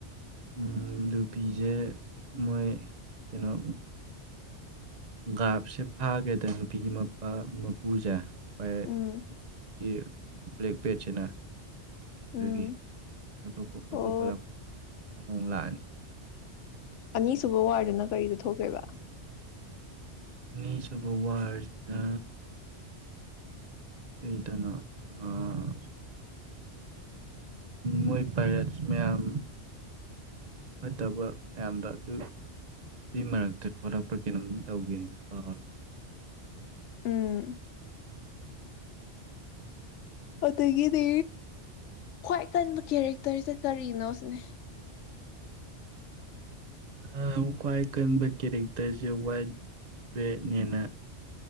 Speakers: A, on the right; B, on the left.
A: ꯎꯝ ꯂꯨꯐꯤꯖꯦ ꯃꯣꯏ ꯀꯩꯅꯣ ꯒꯥꯄ ꯁꯦ ꯐꯥꯒ꯭ꯔꯦꯗꯥꯅ ꯅꯨꯄꯤ ꯃꯄꯥ ꯃꯄꯨꯖꯦ ꯄꯥꯏꯔꯠꯀꯤ
B: ꯎꯝ
A: ꯕ꯭ꯔꯦꯛ ꯕꯦꯠ ꯁꯤꯅ ꯑꯗꯨꯒꯤ
B: ꯎꯝ
A: ꯊꯥꯗꯣꯛꯄ ꯈꯣꯊꯣꯛꯄ
B: ꯑꯣ
A: ꯂꯥꯛꯄ <unintelligible> ꯂꯥꯛꯑꯅꯤ
B: ꯑꯅꯤ ꯁꯨꯕ ꯋꯥꯔ ꯗꯨꯅ ꯀꯥꯔꯤꯗꯥ ꯊꯣꯛꯈ꯭ꯔꯤꯕꯥ
A: ꯑꯅꯤ ꯁꯨꯕ ꯋꯥꯔ ꯖꯤꯅ ꯀꯔꯤꯇꯅꫭ ꯑꯥ ꯃꫭꯏ ꯄꯥꯏꯔꯁ ꯃꯌꯥꯝ ꯑꫭꯏꯇꯕ ꯃꯌꯥꯝꯗ ꯑꯗꯨ ꯑꯇꯨꯏ ꯃꯔꯛꯇ ꯊꫭꯔꯛꯄꯔ ꯀꯩꯅꫭꯝ ꯇꯧꯒꯤꯃꯤ ꯉꯥꯎꯔ‌ꯦ
B: ꯎꯝ ꯑꯗꯒꯤꯗꯤ ꯈꯥꯎ ꯀꯟꯕ ꯀꯔ‌ꯦꯛꯇꯔꯁꯤ ꯀꯔꯤꯅꫭꯁꯤꯅꯤ
A: ꯑꯥ ꯈꯥꯎ ꯀꯔꯛꯇꯔꯁ‌ꯦ ꯋꯥꯠ ꯄ‌ꯦꯠꯅ‌ꯦꯅ